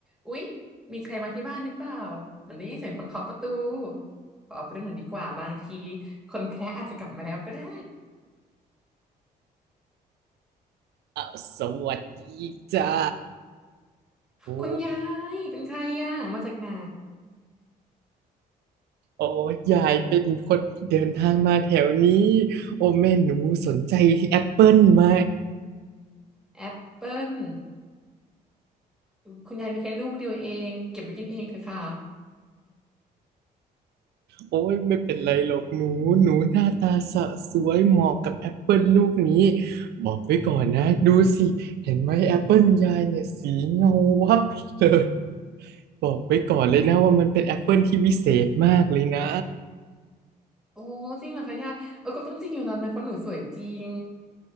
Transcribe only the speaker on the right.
อ่ะสวัสดีจ้า โอ้
โอ้ยายเป็นคนที่เดินทางมาแถวนี้โอ้แม่หนูสนใจที่แอปเปิลไหม
โอ้ยไม่เป็นไรหรอกหนู หนูหน้าตาสะสวยเหมาะกับแอปเปิลลูกนี้ บอกไว้ก่อนนะดูสิ เห็นไหมแอปเปิลยายเนี่ยสีเงาวับเลย บอกไว้ก่อนเลยนะว่ามันเป็นแอปเปิลที่วิเศษมากเลยนะ